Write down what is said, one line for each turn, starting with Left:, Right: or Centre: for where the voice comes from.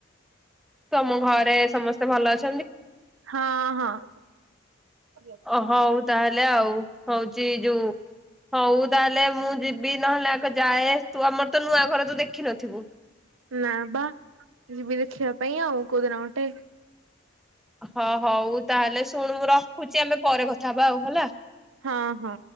Centre: ତମ ଘରେ ସମସ୍ତେ <inaudible>
Right: ହଁ ହଁ। <inaudible>
Centre: ଅ ହଉ ତାହେଲେ ଆଉ ହଉଛି ଯୋଉଁ ହଉ ତାହେଲେ ମୁଁ ଯିବି ନହେଲେ ଆଗ ଯାଏ ତୁ ଆମର ତ ନୂଆ ଘରେ ତୁ ଦେଖିନଥିବୁ।
Right: ନାଁ ବା ଯିବି ଦେଖିବା ପାଇଁ ଆଉ କୋଉଦିନ ଗୋଟେ
Centre: ହଁ ହୋଉ ତାହେଲେ ଶୁଣ ମୁଁ ରଖୁଛି ଆମେ ପରେ କଥା ହବା ଆଉ ହେଲା। <inaudible>
Right: ହଁ ହଁ।